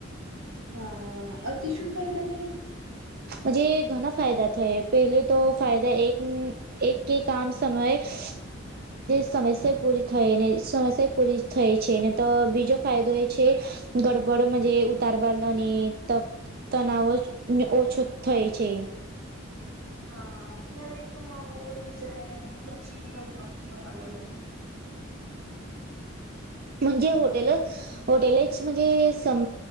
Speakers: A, on the right (about 80°); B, on the right (about 50°).
A: હા. અ અતિ શું ફાયદા થાય?
B: મજે ઘણા ફાયદા થયા પેલે તો ફાયદા એક એક કે કામ સમય સ સમસ્યા પૂરી થાય ને સમસ્યા પૂરી થાય છે ને તો બીજો ફાયદો એ છે ગડબડ મજે ઉતારવાલ અને ત તનાવ ને ઓછો થાય છે.
A: હા ક્યારેક કમાવું. વધી જાય અને પછી નબરાત થવા લાગે.
B: જે હોટેલ હોટેલે <unintelligible> જ સમ